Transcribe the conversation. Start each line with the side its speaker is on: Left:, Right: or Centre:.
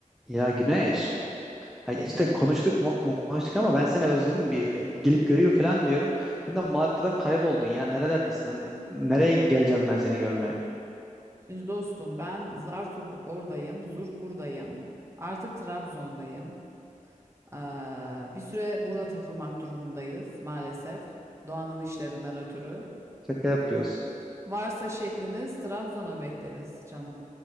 Centre: Ya Güneş, ha işte
Right: E, Efendim.
Centre: konuştuk mu mu- konuştuk ama ben seni özledim bir, bir gelip göreyim falan diyorum. Sen de Malatya'dan kayboldun ya nerelerdesin hani nereye geleceğim ben seni görmeye?
Right: Şimdi dostum ben zart orda- oradayım, zurt buradayım. Artık Trabzon'dayım. Ee, bir süre burada takılmak durumundayız maalesef. Doğanın işlerinden ötürü.
Centre: Şaka yapıyorsun.
Right: Varsa şekliniz Trabzon'a bekleriz canım.